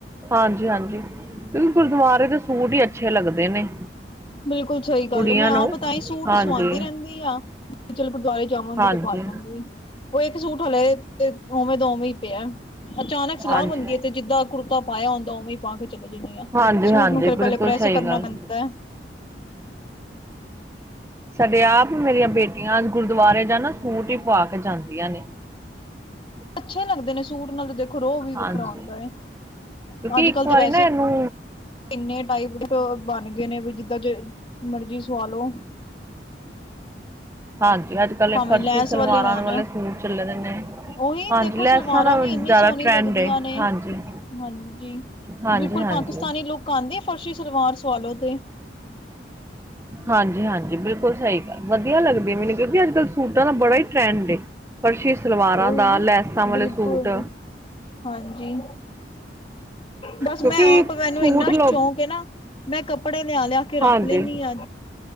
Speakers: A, on the right (about 15°); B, on the left (about 30°).
A: ਹਾਂਜੀ-ਹਾਂਜੀ ਕਿਉਂਕਿ ਗੁਰਦੁਆਰੇ ਦੇ ਸੂਟ ਈ ਅੱਛੇ ਲੱਗਦੇ ਨੇ।
B: ਬਿਲਕੁੱਲ ਸਈ ਗੱਲ
A: ਕੁੜੀਆਂ
B: ਏ ਮੈਂ
A: ਨੂੰ
B: ਆਪ ਤਾਂ ਈ ਸੂਟ
A: ਹਾਂਜੀ
B: ਸਵਾਂਦੀ ਰੈਂਦੀ ਆ। ਚੱਲ ਗੁਰਦੁਆਰੇ ਜਾਵਾਂਗੀ
A: ਹਾਂਜੀ
B: ਤੇ ਪਾ ਜਾਗੀ। ਓ ਇੱਕ ਸੂਟ ਹਲੇ ਉਵੇਂ ਦਾ ਉਵੇਂ ਈ ਪਿਆ ਅਚਾਨਕ ਸਲਾਅ
A: ਹਾਂਜੀ
B: ਬਣਦੀ ਤੇ ਜਿੱਦਾਂ ਕੁੜਤਾ ਪਾਇਆ ਹੁੰਦਾ ਉਵੇਂ ਈ ਪਾ ਕੇ ਚਲੇ ਜਾਂਨੀ ਆ,
A: ਹਾਂਜੀ
B: ਸੂਟ
A: ਹਾਂਜੀ
B: ਨੂੰ ਫਿਰ ਪੈਲੇ
A: ਬਿਲਕੁਲ
B: ਪ੍ਰੈਸ
A: ਸਹੀ
B: ਕਰਨਾ
A: ਗੱਲ
B: ਪੈਂਦਾ ਐ।
A: ਸਾਡੇ ਆਪ ਮੇਰੀਆਂ ਬੇਟੀਆਂ ਗੁਰਦੁਆਰੇ ਜਾਣਾ ਸੂਟ ਈ ਪਾ ਕੇ ਜਾਂਦੀਆਂ ਨੇ। <inaudible>
B: ਅੱਛੇ ਲੱਗਦੇ ਨੇ ਸੂਟ ਨਾਲੇ ਦੇਖੋ ਰੋਵ ਵੀ ਵੱਖਰਾ
A: ਹਾਂਜੀ
B: ਹੁੰਦਾ ਏ।
A: ਕਿਉਂਕਿ
B: ਅੱਜ
A: ਇੱਕ
B: ਕੱਲ
A: ਵਾਰੀ
B: ਤੇ ਵੈਸੇ
A: ਨਾ ਏਨੂੰ।
B: ਇੰਨੇ ਟਾਈਪ ਟ ਬਣ ਗਏ ਨੇ ਵੀ ਜਿੱਦਾਂ ਜੇ ਮਰਜ਼ੀ ਸਵਾ ਲੋ।
A: ਹਾਂਜੀ ਅੱਜ-ਕੱਲ
B: ਭਾਵੇਂ
A: ਏ ਫਰਸ਼ੀ
B: ਲੈਸ
A: ਸਲਵਾਰਾਂ
B: ਹੋਣ।
A: ਵਾਲੇ ਸੂਟ ਚੱਲੇ ਦੇ ਨੇ।
B: ਉਹੀ
A: ਹਾਂਜੀ
B: ਦੇਖੋ
A: ਲੈਸਾਂ
B: ਸਲਵਾਰਾਂ
A: ਨਾਲ
B: ਵੀ ਇੰਨੀ
A: ਜਿਆਦਾ
B: ਸੋਹਣੀ
A: ਟਰੈਂਡ
B: ਲੱਗਦੀਆਂ
A: ਏ
B: ਨੇ।
A: ਹਾਂਜੀ।
B: ਹਾਂਜੀ
A: ਹਾਂਜੀ
B: ਬਿਲਕੁੱਲ
A: ਹਾਂਜੀ
B: ਪਾਕਿਸਤਾਨੀ ਲੂਕ ਆਂਦੀ ਐ ਫਰਸ਼ੀ ਸਲਵਾਰ ਸਵਾਲੋ ਤੇ।
A: ਹਾਂਜੀ-ਹਾਂਜੀ ਬਿਲਕੁੱਲ ਸਈ ਗੱਲ ਵਧੀਆ ਲੱਗਦੀ ਏ ਮੈਨੂੰ ਕਿਉਂਕਿ ਅੱਜ-ਕੱਲ ਸੂਟਾਂ ਦਾ ਬੜਾ ਈ ਟਰੈਂਡ ਏ। ਫਰਸ਼ੀ ਸਲਵਾਰਾ
B: ਉਹੀ
A: ਦਾ,
B: ਨਾ,
A: ਲੈਸਾਂ ਵਾਲੇ
B: ਬਿਲਕੁਲ।
A: ਸੂਟ।
B: ਹਾਂਜੀ। ਬਸ
A: ਕਿਉਂਕਿ
B: ਮੈਂ ਆਪ ਮੈਨੂੰ
A: ਸੂਟ
B: ਇੰਨਾ
A: ਲੋ
B: ਸ਼ੌਕ ਏ ਨਾ ਮੈਂ ਕੱਪੜੇ ਲਿਆ-ਲਿਆ ਕੇ ਰੱਖ
A: ਹਾਂਜੀ
B: ਲੈਂਨੀ ਆ